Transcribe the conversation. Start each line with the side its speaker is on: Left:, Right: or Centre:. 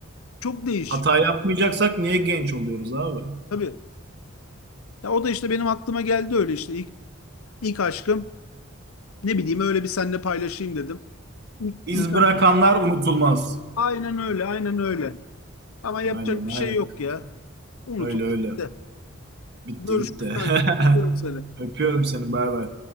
Left: çok değişik.
Right: Hata yapmayacaksak niye genç oluyoruz abi?
Left: Tabii. Ya o da işte benim aklıma geldi öyle işte ilk, ilk aşkım ne bileyim öyle bir seninle paylaşayım dedim. İlk,
Right: İz
Left: ilk
Right: bırakanlar
Left: aşkım.
Right: unutulmaz.
Left: Aynen öyle aynen öyle. Ama yapacak
Right: Aynen aynen
Left: bir şey yok
Right: kanka.
Left: ya. Unutuldu
Right: Öyle öyle.
Left: gitti.
Right: Bitti
Left: Görüşürüz
Right: gitti. <laughs>
Left: kanka. Görüşürüz seni.
Right: Öpüyorum seni. Bay bay.